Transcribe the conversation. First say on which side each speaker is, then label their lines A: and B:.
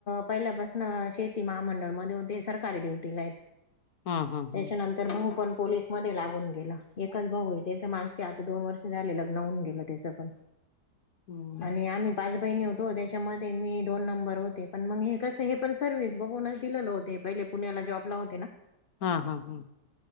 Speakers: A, on the left; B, on the left.
A: पहिल्यापासन शेती महामंडळ मध्ये होते सरकारी नोकरी आहेत.
B: हा हा हा
A: <unintelligible> तर भाऊ पण पोललीस मध्ये लागून गेला एकच भाऊ आहे त्याच माणस ते आता दोन वर्ष झाले लग्न होन गेलं त्याचं पण.
B: <inaudible> हम्म.
A: आणि आम्ही पाच बहिणी होतो त्याच्यामध्ये मी दोन नंबर होते पण मग हे कस हे पण सर्विस बघूनच दिलेलं होते पहिले. पुण्याला जॉब होती ना.
B: हा हा हा.